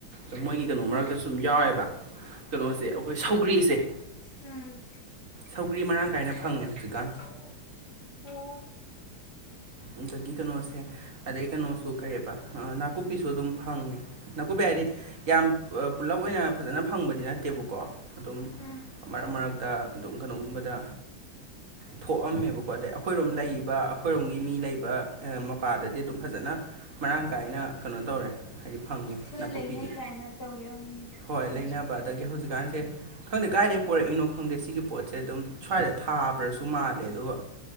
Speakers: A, on the right (about 40°); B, on the left (about 50°).
A: ꯑ ꯃꯣꯏꯒꯤ ꯀꯩꯅꯣ ꯃꯔꯛꯇ ꯁꯨꯝ ꯌꯥꯎꯋꯦꯕ ꯀꯩꯅꯣꯁꯦ
B: ꯎꯝ
A: ꯑꯩꯈꯣꯏ ꯇꯤꯁꯦ
B: ꯎꯝ
A: ꯁꯧꯒ꯭ꯔꯤ ꯃꯔꯥꯡ ꯀꯥꯏꯅ ꯐꯪꯉꯦ ꯍꯧꯖꯤꯛꯀꯥꯟ
B: <unintelligible> ꯑꯣ
A: ꯑꯗꯒꯤ ꯀꯩꯅꯣ ꯁꯦ ꯑꯗꯩ ꯀꯩꯅꯣꯁꯨ ꯀꯔꯤꯕ ꯅꯥꯀꯨꯞꯄꯤꯁꯨ ꯑꯗꯨꯝ ꯐꯪꯉꯦ ꯅꯥꯀꯨꯞꯄꯤ ꯍꯥꯏꯗꯤ ꯌꯥꯝ ꯄꯨꯂꯞ ꯑꯣꯏꯅ ꯐꯖꯅ ꯐꯪꯕꯗꯤ ꯅꯠꯇꯦꯕꯀꯣ ꯑꯗꯨꯝ
B: ꯎꯝ
A: ꯃꯔꯛ ꯃꯔꯛꯇ ꯑꯗꯨꯝ ꯀꯩꯅꯣꯒꯨꯝꯕꯗ ꯊꯣꯛꯑꯝꯃꯦꯕꯀꯣ ꯑꯗꯩ ꯑꯩꯈꯣꯏꯔꯣꯝ ꯂꯩꯕ ꯑꯩꯈꯣꯏꯔꯣꯝꯒꯤ ꯃꯤ ꯂꯩꯕ ꯃꯄꯥꯗꯗꯤ ꯑꯗꯨꯝ ꯐꯖꯅ ꯃꯔꯥꯡ ꯀꯥꯏꯅ ꯀꯩꯅꯣ ꯇꯧꯔꯦ ꯍꯥꯏꯗꯤ ꯐꯪꯉꯦ
B: ꯈꯔ
A: ꯅꯥꯀꯨꯞꯄꯤꯗꯤ
B: ꯂꯩꯅꯩ ꯀꯥꯏꯅ ꯇꯧꯔꯤ ꯑꯣꯏꯔꯝꯒꯅꯤ
A: ꯍꯣꯏ
B: ꯍꯥꯏꯗꯤ
A: ꯂꯩꯅꯕ ꯑꯗꯒꯤ ꯍꯧꯖꯤꯛ ꯍꯧꯖꯤꯀꯥꯟꯁꯦ ꯈꯪꯗꯦ ꯀꯥꯏꯗꯦ ꯄꯣꯔꯛꯏꯅꯣ ꯈꯪꯗꯦ ꯁꯤꯒꯤ ꯄꯣꯠꯁꯦ ꯑꯗꯨꯝ ꯁ꯭ꯋꯥꯏꯗ ꯊꯥꯕ꯭ꯔꯁꯨ ꯇꯨ ꯃꯥꯜꯂꯦ ꯑꯗꯨꯒ